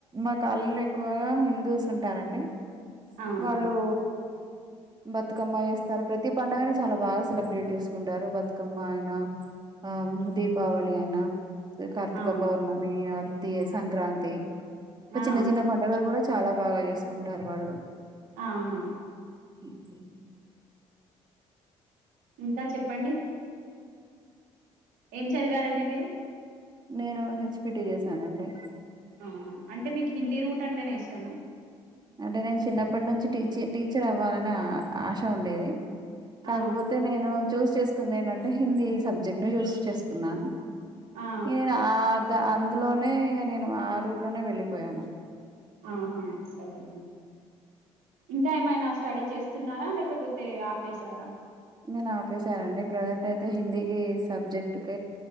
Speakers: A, on the right; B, on the right.
A: మా కాలంలో ఎక్కువగా హిందూస్ చూస్తుంటారండి
B: ఆహా
A: వాళ్ళు బతుకమ్మ చేస్తారు ప్రతి పండుగని చాలా బాగా సెలబ్రేట్ చేసుకుంటారు బతుకమ్మ అయినా ఆ దీపావళి అయినా కార్తిక
B: ఆ
A: పౌర్ణమి ఆ ద సంక్రాంతి ప
B: ఆ
A: చినా చి పొం క గర కూడా చాలా బాగా చేసుకుంటారు వాళ్ళు
B: ఆహ
A: ఉ
B: ఇంకా చెప్పండి ఏం చదివారండి మీరు
A: నేను హెచ్పిటి చేశానండి
B: ఆ అంటే మీకు హిందీ రూట్ అంటేనే ఇష్టమా
A: అంటే నేను చిన్నప్పటి నుంచి టీచ టీచర్ అవ్వాలనే ఆశ ఉండేది కాకపోతే
B: ఆ
A: నేను చూస్ చేసుకుందేంటంటే అంటే హిందీ సబ్జెక్ట్ ను చూస్ చేసుకున్నాను
B: ఆ
A: ఏనా ఆ అందులోనే ఇక నేను ఆ రూట్ లోనే వెళ్ళిపోయాను
B: ఆహా సరే ఇంకా ఏమైనా స్టడీ చేస్తున్నారా లేకపోతే ఆపేశారా
A: నేను ఆపేశానుండి ప్రజెంట్ అయితే హిందీకి సబ్జెక్ట్ క